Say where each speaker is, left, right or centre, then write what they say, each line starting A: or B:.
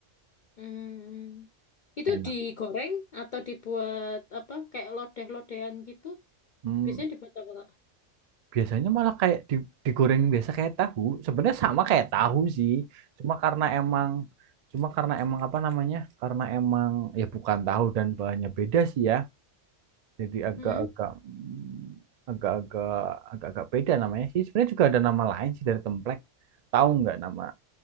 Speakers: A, on the left; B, on the right.
A: Mm. Itu
B: Enak.
A: digoreng atau dibuat apa? Kayak lodeh-lodehan gitu.
B: Hmm,
A: Biasanya dibuat apa Kak?
B: biasanya malah kayak di- digoreng biasa kayak tahu. Sebenarnya sama kayak tahu sih. Cuma karena emang cuma karena emang apa namanya? Karena emang ya bukan tahu dan bahannya beda sih ya. Jadi agak-agak
A: Mm-mm.
B: mm, agak-agak agak-agak beda namanya sih. Sebenarnya juga ada nama lain sih dari templek. Tahu nggak nama?